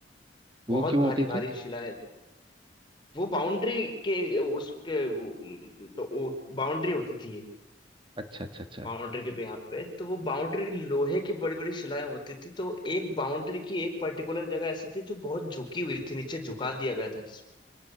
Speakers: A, on the left; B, on the right.
A: बहुत
B: वो क्यों
A: भारी
B: होती
A: भारी
B: थी
A: शिलाएं वो बाउंड्री के उसके वो, तो वो बाउंड्री होती थी ये
B: अच्छा अच्छा अच्छा
A: बाउंड्री के यहाँ पे तो वो बाउंड्री लोहे की बड़ी बड़ी शिलाएं होती थी तो एक बाउंड्री की एक पर्टिकुलर जगह ऐसी थी जो बहुत झुकी हुई थी नीचे झुका दिया गया था